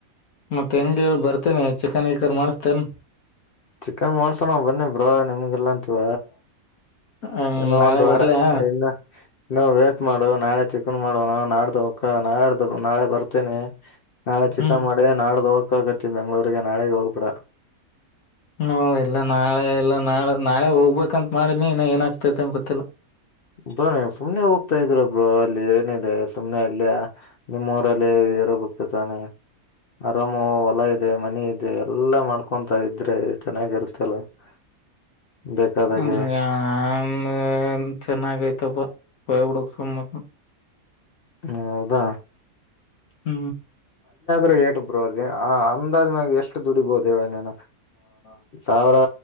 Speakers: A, on the left; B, on the left.
A: ಮತ್ತೆ ಹೆಂಗ ಹೇಳ ಬರ್ತಿ ಏನ್ ಚಿಕನ್ ಗಿಕನ್ ಮಾಡಸ್ತಿಯೇನ್
B: ಚಿಕನ್ ಮಾಡ್ಸೋಣ ಬನ್ನಿ ಬ್ರೋ ನಿಮ್ಗ ಇಲ್ಲ ಅಂತೀವ
A: ಹ್ಮ್
B: ಇನ್ನು
A: ನಾಳೆ
B: ಒಂದು ವಾರ
A: ಬರ್ಲ್ಯಾ
B: ಇನ್ನ ಇನ್ನ ವೇಟ್ ಮಾಡು ನಾಳೆ ಚಿಕನ್ ಮಾಡೋಣ ನಾಡ್ದ ಹೊಕ್ಕನ್ <unintelligible> ನಾಡ್ದ ಹೋಗೋಣ ನಾಳೆ ಬರ್ತೇನಿ ನಾಳೆ ಚಿಕನ್
A: ಹ್ಮ್
B: ಮಾಡ ನಾಡ್ದ ಹೋಗಕತ್ತಿ ಬೆಂಗಳೂರಿಗೆ ನಾಳೆಗ ಹೋಗಬೇಡಾ
A: ಹ್ಮ ಇಲ್ಲ ನಾಳೆ ಎಲ್ಲ ನಾಳೆ ನಾಳೆ ಹೋಗ್ಬೇಕಂತ ಮಾಡಿನಿ ಇನ್ನ ಏನಾಗ್ತೈತಿ ಅಂತ ಗೊತ್ತಿಲ್ಲ.
B: ಬ್ರೋ ಸುಮ್ನೆ ಹೋಗ್ತಾ ಇದೀರಾ ಬ್ರೋ ಅಲ್ಲಿ ಏನಿದೆ ಸುಮ್ನೆ ಅಲ್ಲಿ ನಿಮ್ಮೂರಲ್ಲಿ. <unintelligible> ತಾನೆ ಆರಾಮು ಹೊಲ ಇದೆ ಮನೆ ಇದೆ ಎಲ್ಲ ಮಾಡ್ಕೊಂತ ಇದ್ರೆ ಚೆನ್ನಾಗಿರುತ್ತಲ್ಲ. <inaudible> ಬೇಕಾದಾಗೆ
A: ಹ ನ್ <unintelligible> ಚೆನ್ನಾಗ ಐತಪ್ಪ ಹೋಬಿಡು ಸುಮ್ ಮಕ್ಕೊ <unintelligible>
B: ಹ ಹೌದಾ
A: ಹ್ಮ
B: ರೆ ಏಟ ಬ್ರೋ ಅಲ್ಲಿ ಅಂದಾಜ್ ಮ್ಯಾಗ್ ಎಷ್ಟು ದುಡಿಬಹುದುನು
A: ಹ್ಮ್
B: ಸಾವಿರ